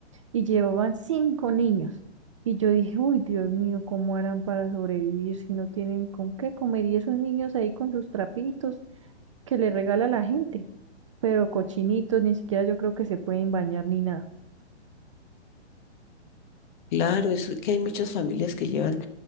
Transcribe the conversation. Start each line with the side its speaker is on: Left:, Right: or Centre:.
Right: y llevaban cinco niños. Y yo dije, uy, Dios mío, ¿cómo harán para sobrevivir si no tienen con qué comer? Y esos niños ahí con sus trapitos que le regala la gente, pero cochinitos, ni siquiera yo creo que se pueden bañar ni nada.
Left: Claro, es que hay muchas familias que llevan,